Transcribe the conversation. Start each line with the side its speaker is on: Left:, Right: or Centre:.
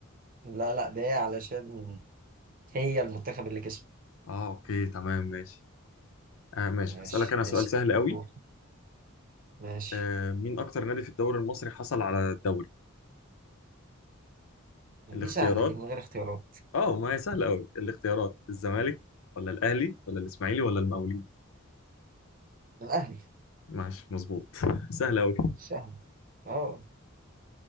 Right: لا لا ده هي علشان هي المنتخب اللي كسب
Left: اه اوكي تمام ماشي آه ماشي
Right: ماشي
Left: هسألك انا سؤال
Right: اسأل
Left: سهل قوي
Right: دور. ماشي
Left: آه مين اكتر نادي في الدوري المصري حصل على الدوري الاختيارات
Right: دي سهلة دي من غير اختيارات
Left: اه ما هي سهله قوي الاختيارات الزمالك ولا الاهلي ولا الاسماعيلي ولا المقاولين
Right: الأهلي
Left: ماشي مظبوط <laughs> سهله قوي
Right: سهل اه